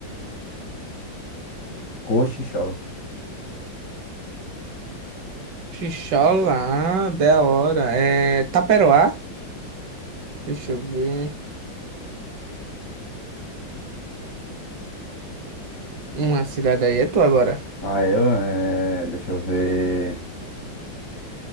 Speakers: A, on the left; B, on the right.
A: Cochichola.
B: Xixola, ah, da hora. É... Taperoá. Deixa eu ver. Uma cidade aí é tu agora.
A: Ah, eu, é, deixa eu ver.